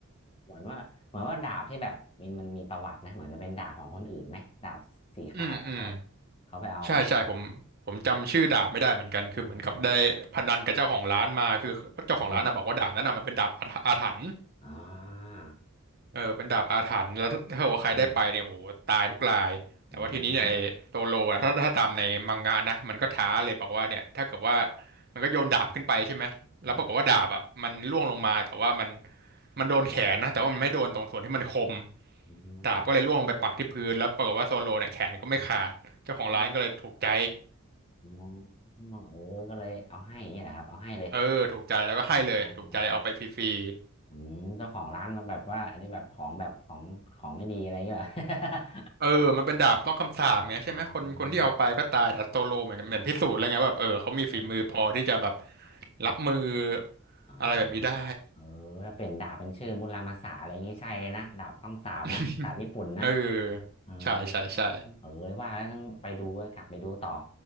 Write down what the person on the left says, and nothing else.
เหมือนว่าเหมือนว่าดาบที่แบบมีมันมีประวัตินะเหมือนจะเป็นดาบของคนอื่นไหมดาบสีขาวของเขา
เขาไปเอาของ
อ่าอืมอืมแล้อ่า
อืมอืม
อืม
อื
มอ๋อเออก็เลยเอาให้อย่างเี้แหละครับเอาให้เลย
อ๋ออ๋ออืมเจ้าของร้านแบบว่าอันนี้แบบของแบบของของไม่ดีอะไรอย่างเงี้ย <laughs>
เหรอ <laughs> อ๋ออ๋อเออ
อ๋อ
เออถ้าเปลี่ยนดาบเป็นชื่อมุรามาสะอะไรอย่างงี้ใช่เลยนะดาบต้องสาบนะดาบญี่ปุ่นนะ
เออ
เออว่าแล้วต้องไปดูก็กลับไปดูต่อ